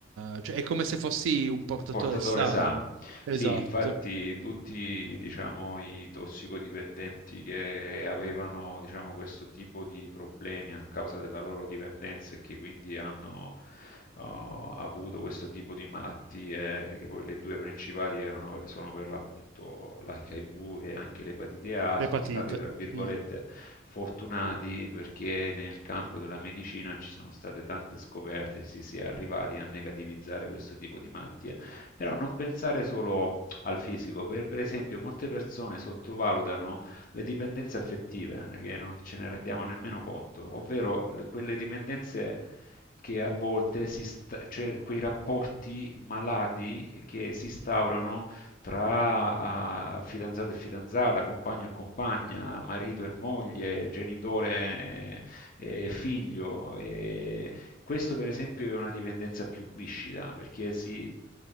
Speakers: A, on the right; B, on the left.
A: eh, cioè è come se fossi un portatore
B: Un portatore
A: sano.
B: sano.
A: Esatto,
B: Sì, infatti tutti, diciamo, i tossicodipendenti che avevano, diciamo, questo tipo di problemi a causa della loro dipendenza e che quindi hanno eh, avuto questo tipo di malattie, che poi le due principali erano, sono per l'appunto l'HIV e anche l'epatite A,
A: l'epatite.
B: sono stati, tra virgolette,
A: Mm,
B: fortunati perché nel campo della medicina ci sono state tante scoperte e si si è arrivati a negativizzare questo tipo di malattie però non pensare solo al fisico, per, per esempio molte persone sottovalutano le dipendenze affettive, eh, che non ce ne rendiamo nemmeno conto, ovvero le- quelle dipendenze che a volte si sta- cioè quei rapporti malati che si instaurano tra ah, fidanzato e fidanzata, compagno e compagna, marito e moglie, genitore e figlio. E questo per esempio è una dipendenza più viscida, perché si,